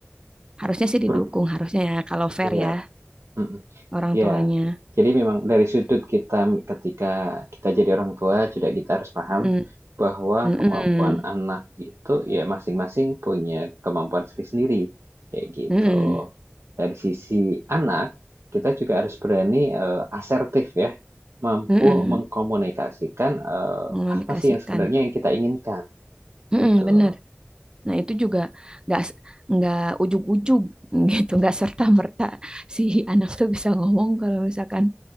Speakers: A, on the right; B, on the right.
A: harusnya sih
B: Per
A: didukung harusnya ya kalau fair
B: iya,
A: ya
B: mhm.
A: orang
B: Ya,
A: tuanya
B: Jadi memang dari sudut kita ketika kita jadi orang tua juga kita harus paham
A: mm
B: bahwa
A: mm,
B: kemampuan
A: mm,
B: anak itu ya masing-masing punya kemampuan sendiri-sendiri, kayak gitu.
A: mm,
B: Dari sisi anak, kita juga harus berani eh, asertif ya, mampu
A: mm, mm,
B: mengkomunikasikan eh,
A: mengomunikasikan
B: apa sih yang sebenarnya yang kita inginkan,
A: Mm-mm,
B: gitu.
A: bener nah itu juga nggak s- nggak ujug-ujug <laughs> gitu nggak serta-merta si anak tuh bisa ngomong kalau misalkan